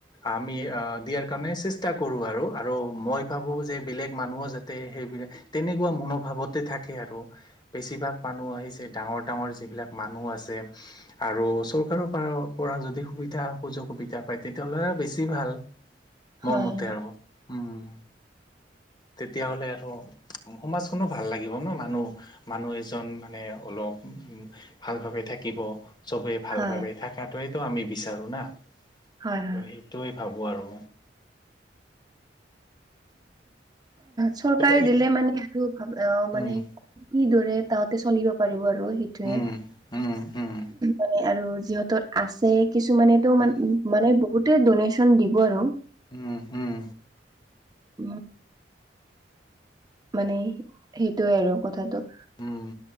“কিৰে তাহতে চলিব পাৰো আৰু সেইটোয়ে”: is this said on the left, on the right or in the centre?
Right